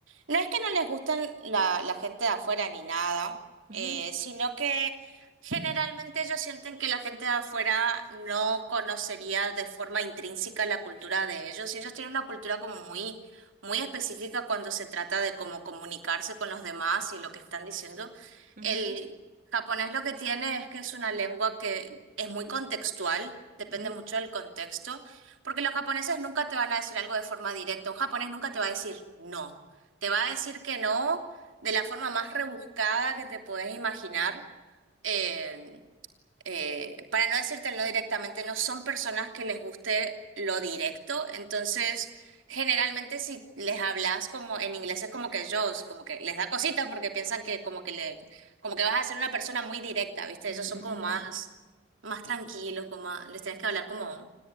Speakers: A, on the right; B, on the right.
A: No es que no les gusten la, la gente de afuera ni nada,
B: Ujú,
A: eh, sino que generalmente ellos sienten que la gente de afuera no conocería de forma intrínseca la cultura de ellos. Y ellos tienen una cultura como muy, muy específica cuando se trata de cómo comunicarse con los demás y lo que están diciendo.
B: ujú,
A: El japonés lo que tiene es que es una lengua que es muy contextual, depende
B: ujú.
A: mucho del contexto. Porque los japoneses nunca te van a decir algo de forma directa. Un japonés nunca te va a decir no. Te va a decir que no de la forma más rebuscada que te puedes imaginar. eh, eh, para no decirte no directamente, no son personas que les guste lo directo, entonces generalmente si les hablas como en inglés es como que ellos como que les da cosita porque piensan que como que le, como que vas a ser una persona muy directa, ¿viste?
B: Mm,
A: Ellos son como más, más tranquilos, como más- les tienes que hablar como,